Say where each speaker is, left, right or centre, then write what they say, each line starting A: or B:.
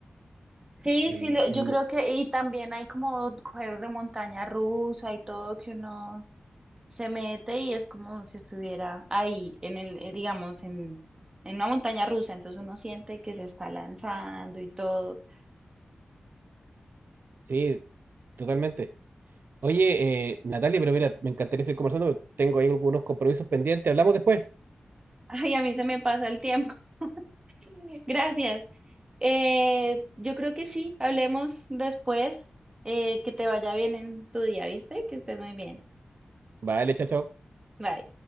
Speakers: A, on the right; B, on the right.
A: Sí,
B: El,
A: sí, lo- yo
B: el
A: creo
B: ni-
A: que, y también hay como juegos de montaña rusa y todo que uno se mete y es como si estuviera ahí en el, eh, digamos, en, en una montaña rusa, entonces uno siente que se está lanzando y todo. <laughs>
B: sí, totalmente. Oye, eh, Natalia, pero mira, me encantaría seguir conversando, pero tengo ahí algunos compromisos pendientes. Hablamos después.
A: Ay, a mí se me pasa el tiempo. <laughs> Gracias. Eh, yo creo que sí, hablemos después. Eh, que te vaya bien en tu día, ¿viste? Que estés muy bien.
B: Vale, chao, chao.
A: Bye.